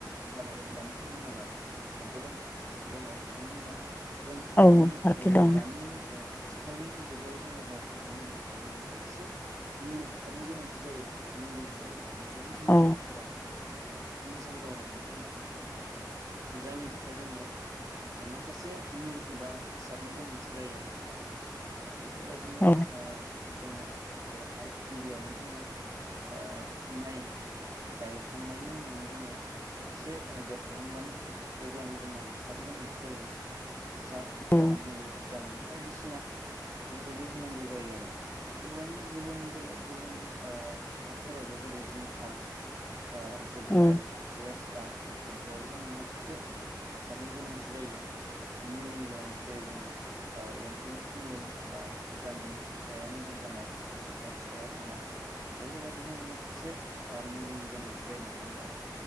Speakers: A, on the right; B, on the left.
A: आबाद आरो गोदान समनि आबाद ओ गोबां फारागथि दङ मानो होनबा
B: औ
A: दानि
B: फारागथि
A: ओ
B: दं
A: दानि ओ आथिखालनि जुगाव जोङो औ आबाद मावनो थाखाय जोङो खायसे मुलि हासारनि गोनांथि जायो मुलि हासार नङाब्लानो जोंनि
B: औ
A: आबादफोरा ओं मोजां जाया आरो नङा होमबा जायनि थाखाय जोंनो ओ माखासे मुलि एबा हासारनि गोनांथि जायो आरो ओ बेफोरबायदिनो
B: औ
A: ओ जोङो बेवहाय गिबियावनो जोङो ओ माइ गायखांनायनि उनावनो जोङो एसे देरहांबानो अब्लानो जोंनो हासारनि गोनांथि जायो। हासार
B: औ
A: बा मुुलि भिटामिन बायदिसिना बेफोरबायदि होनांगौ जायो आरो। बेफोरबायदि गुबुन बेलेग गुबुन ओ आबादफोरावबो जेरै जिंखा ओ जोगोनार,
B: औ
A: लेस्रा बैफोरावबो जोंनो माखासे हासारनि गोनांथि जायो। मुलिनि गोनांथि जायो जोंनो। ओ एम्फौनि मुलि बा भिटामिन फिथाइआ मो जां जानाय ओ फिथाइआ बायनाङो। बेफोरबायदि जोङो माखासे ओ मुलिनि गोनांथि जायो नङा होमबा